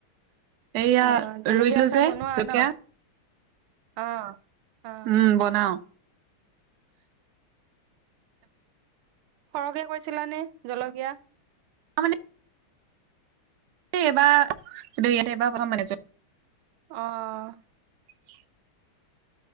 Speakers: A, on the right; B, on the right.
A: এয়া
B: অ জলকীয়া
A: ৰুইছিলোঁ
B: আচাৰ
A: যে
B: বনোৱা
A: জলকীয়া?
B: ন অ'। অ
A: উম বনাওঁ।
B: সৰহকে কৈছিলানে? জলকীয়া?
A: মই মানে এইবাৰ- এইটো এইবাৰ প্ৰথম বনাইছোঁ।
B: অ'।
A: <inaudible>